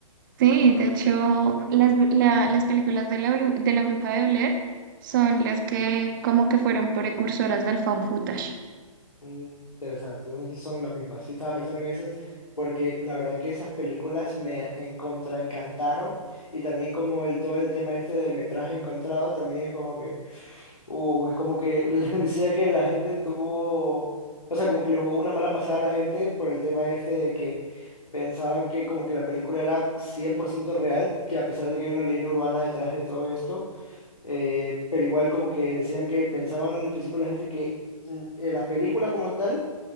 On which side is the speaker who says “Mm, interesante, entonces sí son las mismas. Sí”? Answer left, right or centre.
Left